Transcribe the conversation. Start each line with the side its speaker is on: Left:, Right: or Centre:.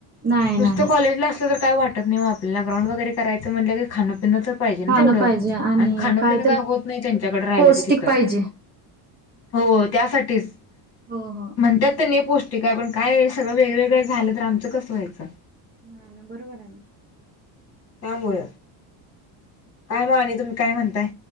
Right: नाही
Left: नुसतं
Right: नाही.
Left: कॉलेजला असलं तर काय वाटत नाईओ आपल्याला ग्राउंड वगैरे करायचं म्हंणलकी खाण पिणतर पाहिजेन
Right: खाणं
Left: तेवढं
Right: पाहिजे आणि
Left: अन खाणपिण काय
Right: तर
Left: होत नइ त्यांच्याकडे राहिलं
Right: पौष्टिक
Left: की तिथं.
Right: पाहिजे
Left: हो त्यासाठीच
Right: हो हो.
Left: म्हनत्यात किनइ पौष्टिकाय पण काय सगळं वेगवेगळं झालंतर आमचं कस व्हायचं?
Right: नायना बरोबरायना.
Left: त्यामुळ कायम आणि तुमी काय म्हणताय?